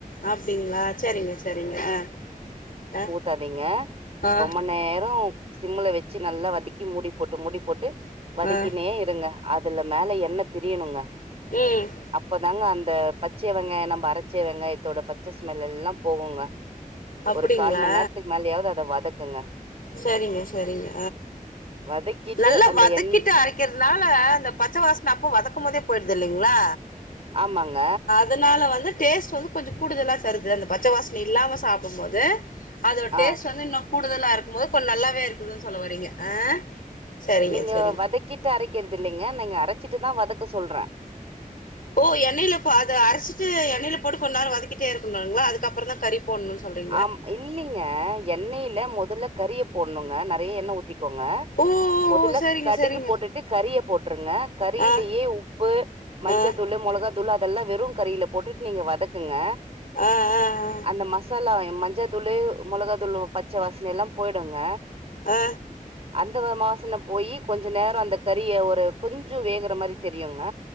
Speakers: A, on the left; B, on the right.
A: அப்டிங்ளா சரிங்க சரிங்க ஆ ஆ
B: சரீங்க
A: ஆ
B: ரொம்ப நேரொ சிம்ல வச்சு நல்லா வதக்கி மூடி போட்டு மூடி போட்டு வதக்கினே
A: ஆ
B: இருங்க அதுல மேல எண்ண பிரியணுங்க
A: ம்
B: அப்பதாங்க அந்த பச்சை வெங்காயம் நம்ப அரச்ச வெங்காயத்தோட பச்ச ஸ்மெல் எல்லாம் போகுங்க
A: அப்படிங்ளா
B: ஒரு கால் மண் நேரத்துக்கு மேலயாவது அத வதக்குங்க
A: சரிங்க சரிங்க
B: வதக்கிட்டு
A: நல்லா
B: அந்த
A: வதக்கிட்டு
B: எண்
A: அரைக் வைக்கிறதுனால அந்த பச்சை வாசன அப்போ வதக்கும் போதே போயிடுது இல்லைங்களா
B: ஆமாங்க
A: அதனால வந்து டேஸ்ட் வந்து கொஞ்சம் கூடுதலா தருது அந்த பச்சை வாசன இல்லாம சாப்டும்போது அதோட டேஸ்ட்
B: ஆ
A: வந்து இன்னும் கூடுதலா இருக்கும் போது கொஞ்சம் நல்லாவே இருக்குதுன் சொல்ல வரீங்க ஆ சரிங்க
B: நீங்க
A: சரிங்க
B: வதக்கிட்டு அரைக்குறது இல்லைங்க நீங்க அரச்சிட்டுதா வதக்க சொல்றே
A: ஓ எண்ணெயில அத அரைச்சிட்டு எண்ணேல போட்டு கொஞ்ச நேரம் வதக்கிட்டே இருக்கணுங்களா அதுக்கப்புறந்தா கறி போட்ணு சொல்றீங்க
B: ஆம் இல்லலைங்க எண்ணெய்ல மொதல்ல கறிய போடணுங்க நறைய எண்ணெய் ஊத்திக்கோங்க
A: ஓ
B: மொதல்ல
A: ஓ சரிங்க
B: கடுகு
A: சரிங்க
B: போட்டுட்டு கறிய போட்ருங்க கறிலேயே
A: ஆ
B: உப்பு மஞ்சத்தூளூ
A: ஆ
B: மொளகாத் தூளூ அதெல்லா வெறு கறியில போட்டுட்டு நீங்க வதக்குங்க
A: ஆ ஆ ஆ
B: அந்த மசாலா மஞ்ச தூளு மொளகா தூளு பச்ச வாசன எல்லா போய்டுங்க
A: ஆ
B: அந்த வாசன்ன போயி கொஞ்ச நேரம் அந்த கறிய ஒரு கொஞ்ச வேகுற மாதிரி தெரியுங்க